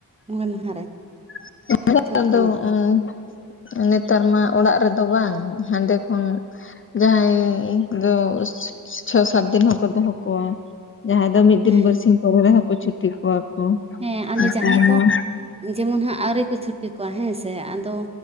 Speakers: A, on the right; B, on the left.
A: ᱢᱚᱬᱮ ᱢᱟᱦᱟ ᱨᱮ
B: <unintelligible>
A: ᱪᱷᱩᱸᱛ ᱠᱚ ᱢᱮᱴᱟᱣᱟ
B: ᱱᱮᱛᱟᱨ ᱢᱟ ᱚᱲᱟᱜ ᱨᱮᱫᱚ ᱵᱟᱝ ᱦᱟᱸᱰᱮ ᱠᱷᱚᱱ ᱡᱟᱦᱟᱸᱭᱻ ᱫᱚ ᱪᱷᱚ ᱥᱟᱛ ᱫᱤᱱ ᱦᱚᱸᱠᱚ ᱫᱚᱦᱚ ᱠᱚᱣᱟ ᱡᱟᱦᱟᱸᱭ ᱫᱚ ᱢᱤᱫ ᱫᱤᱱ
A: ᱦᱮᱸ
B: ᱵᱟᱨᱥᱤᱧ ᱯᱚᱨᱮ ᱨᱮᱦᱚᱸ ᱠᱚ ᱪᱷᱩᱴᱤ ᱠᱚᱣᱟ ᱠᱚ
A: ᱦᱮᱸ ᱟᱫᱚ
B: ᱱᱮᱛᱟᱨ
A: ᱡᱟᱦᱟᱸᱭ ᱠᱚ
B: ᱢᱟ
A: ᱡᱮᱢᱚᱱ ᱦᱟᱸᱜ ᱟᱹᱣᱨᱤ ᱠᱚ ᱪᱷᱩᱴᱤ ᱠᱚᱣᱟ ᱦᱮᱸ ᱥᱮ᱾ ᱛᱚ